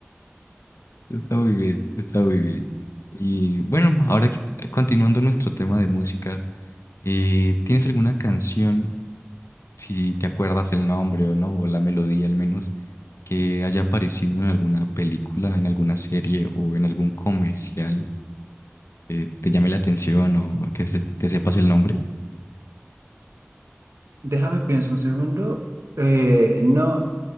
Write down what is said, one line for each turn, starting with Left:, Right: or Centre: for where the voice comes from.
Left: Está muy bien, está muy bien. Y bueno, ahora qui- continuando nuestro tema de música, eh, ¿tienes alguna canción? si te acuerdas del nombre o no, o la melodía al menos, que haya aparecido en alguna película, en alguna serie o en algún comercial que te llame la atención o que se- te sepas el nombre.
Right: Déjame pienso un segundo. Eh, no,